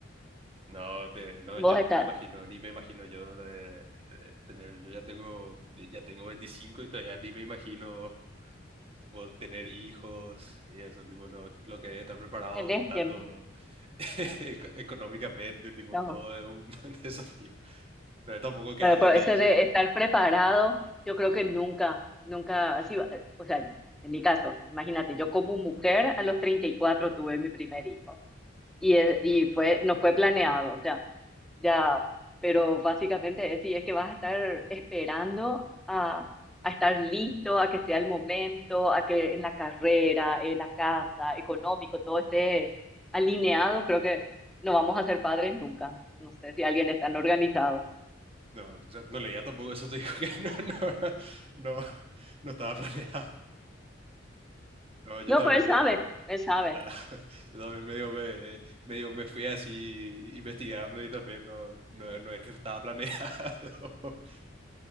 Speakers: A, on the right (about 30°); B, in the centre.
A: No, te- no,
B: Vos
A: yo ni
B: está,
A: me imagino, ni me imagino yo de, de eh, tener, yo ya tengo, ya tengo 25 y todavía ni me imagino tipo, tener hijos y eso, tipo, no, lo que es estar preparado
B: tenés
A: tanto
B: tiempo.
A: <laughs> eco- económicamente, tipo,
B: No.
A: todo es un <laughs> desafío. No es tampoco que
B: Bueno,
A: Ale
B: pero
A: te
B: ese
A: dice,
B: de estar preparado, yo creo que nunca, nunca, así, va- o sea, en mi caso, imagínate, yo como mujer a los 34 tuve mi primer hijo y, es- y fue, no fue planeado, o sea, ya, pero básicamente es, sí, es que vas a estar esperando a, a estar listo, a que sea el momento, a que en la carrera, en la casa, económico, todo esté alineado, creo que no vamos a ser padres nunca. No sé si alguien es tan
A: no,
B: organizado.
A: no, o sea, no leía tampoco eso, te digo que <laughs> no, no, no, no estaba planeado. No, yo
B: No,
A: también
B: pero él sabe, él sabe.
A: Ah, <laughs> yo también medio me, medio me fui así investigando y también no, no, no es que estaba planeado. <laughs>